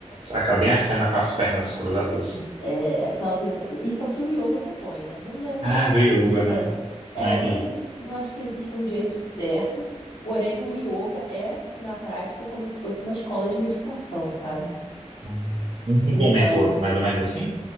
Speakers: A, on the right; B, on the left.
A: acaba bem a cena com as pernas cruzadas assim?
B: É aquela coisa. da- Isso é o que o yoga propõe, né? Não, não é-
A: Ah,
B: não acho
A: do yoga,
B: que exista.
A: né?
B: É,
A: Não entendi.
B: não existe, não acho que exista um jeito certo, porém o yoga é, na prática, como se fosse uma escola de meditação, sabe?
A: Hum. Um complementa
B: Então.
A: o outro, mais ou menos assim?